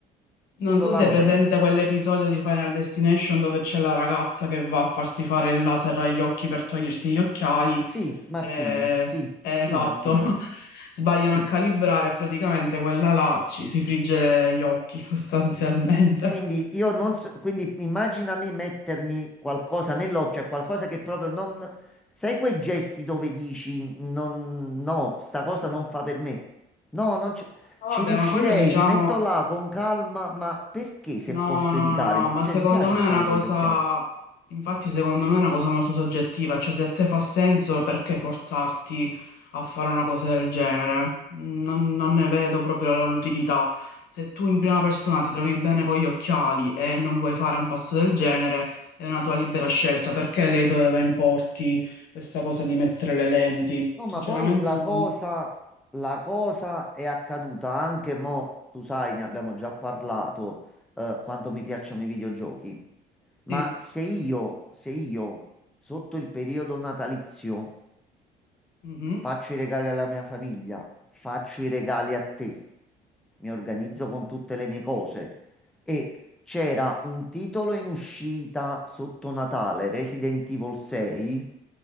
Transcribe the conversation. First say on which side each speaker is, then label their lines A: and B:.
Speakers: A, on the left; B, in the centre.
A: Non
B: Quello
A: so
B: là
A: se è
B: lo
A: presente
B: sento.
A: quell'episodio di Final Destination dove c'è la ragazza che va a farsi fare il laser agli occhi per togliersi gli occhiali.
B: Sì, Martina,
A: eh,
B: sì,
A: eh,
B: sì,
A: esatto,
B: Martina,
A: <laughs> sbagliano
B: sì.
A: a calibrare e praticamente quella là ci si frigge gli occhi <laughs> sostanzialmente.
B: Quindi io non so, quindi immagina me mettermi qualcosa nell'occhio, qualcosa che proprio non... Sai quei gesti dove dici non, no, sta cosa non fa per me? No, non ci,
A: Ma Vabbè,
B: ci riuscirei,
A: ma quello diciamo
B: mi metto là con calma, ma perché se
A: No,
B: posso
A: no,
B: evitare?
A: no, no, ma
B: Cioè,
A: secondo
B: mi piace
A: me
B: stare
A: è una cosa,
B: con gli occhiali.
A: infatti secondo me è una cosa molto soggettiva, cioè se a te fa senso perché forzarti a fare una cosa del genere? Non, non ne vedo proprio l'utilità. Se tu in prima persona ti trovi bene con gli occhiali e non vuoi fare un passo del genere, è una tua libera scelta, perché lei doveva importi questa cosa di mettere le lenti?
B: No,
A: Sinceramente,
B: ma poi la cosa,
A: mm,
B: la cosa è accaduta anche mo, tu sai, ne abbiamo già parlato, eh, quanto mi piacciono i videogiochi. Ma
A: sì.
B: se io, se io, sotto il periodo natalizio,
A: Mhm.
B: faccio i regali alla mia famiglia, faccio i regali a te, mi organizzo con tutte le mie cose e c'era un titolo in uscita sotto Natale, Resident Evil 6